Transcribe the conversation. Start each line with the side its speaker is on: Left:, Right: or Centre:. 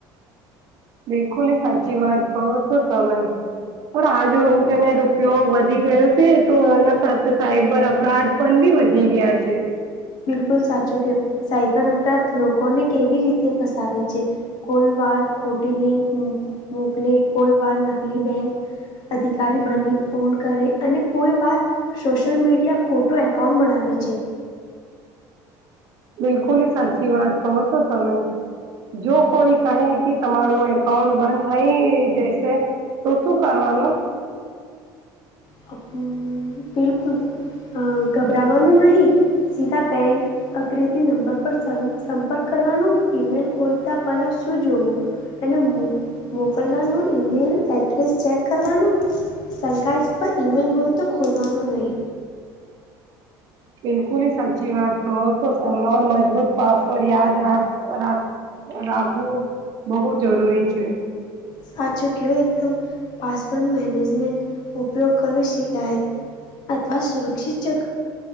Right: બિલકુલ ની સાચી વાત કહો શું તમે. પણ આ જો ઇન્ટરનેટ ઉપયોગ વધી ગયો છે તો એના સાથે સાઈબર અપરાધ ફન બી વધી ગયા છે.
Left: બિલકુલ સાચું કયો સાયબર અપરાધ લોકોને કેવી રીતે ફસાવે છે. કોઈ વાર ખોટી લિંક મોકલે કોઈ વાર નકલી બેંક અધિકારી બની ફોન કરે અને કોઈ વાર સોશિયલ મીડિયા ખોટો એકાઉન્ટ બનાવે છે.
Right: બિલકુલ સાચી વાત કહો છો તમે. જો કોઈ કહે કે તમારું એકાઉન્ટ બંધ થઈ જશે તો શું કરવાનું.
Left: અ બિલકુલ. અ, ગભરાવાનું નહીં સીધા બેંક અગ્રે નંબર પર સંપર્ક કરવાનું ઈમેલ ખોલતા પહેલા શું જોવું. અને મો મોકલનાર ન ઈમેલ એડ્રેસ ચેક કરવાનો. શંકાસ્ પર ઈમેલ હોય તો ખોલવાનું નહી.
Right: બિલકુલ સાચી વાત કહો છો તમેર મજબૂત પાસવર્ડ યાદ રાખ રાખ રાખવું બહુ જરૂરી છે.
Left: સાચું કું એકદમ પાસવર્ડ મેનેજમેન્ટ ઉપયોગ કરવી શકાય. અથવા સુરક્ષિત જગ